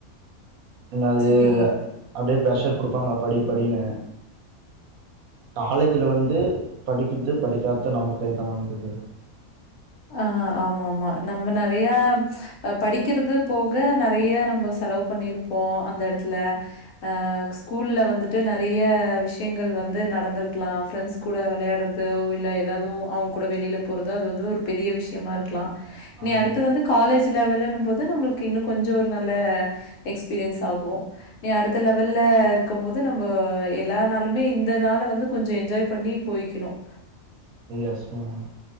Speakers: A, on the right (about 75°); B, on the left (about 70°).
A: என்ன அது
B: சரி.
A: அப்டியே ப்ரஷர் குடுப்பாங்க படி ப்படினு காலேஜ்ல வந்து படிக்குறது படிக்காது நம்ம கையில தான் இருக்கு
B: ஆஹ ஆமா ஆமா நம்ம நிறைய படிக்கிறது போக நிறைய நம்ம செலவு பண்ணிருப்போம் அந்த எடத்துல அஹ ஸ்கூல்ல வந்துட்டு நிறைய விஷயங்கள் வந்து நடந்திருக்கலாம் ஃப்ரெண்ட்ஸ் கூட விளையாடுறதோ இல்ல ஏதாவது அவங்க கூட வெளியில போறதோ அது வந்து பெரிய விஷயமா இருக்கலாம் இனி
A: ஆமா
B: அடுத்து வந்து காலேஜ் சு லெவல்லங்கும் போது நம்மளுக்கு இன்னும் கொஞ்சம் ஒரு நல்ல எக்ஸ்பீரியன்ஸ் ஆகும் நீ அடுத்த லெவல்ல இருக்கும் போது நம்ம எல்லா நாளுமே இந்த நாள வந்து கொஞ்சம் என்ஜாய் பண்ணி போயிக்கணும்.
A: எஸ் மேம்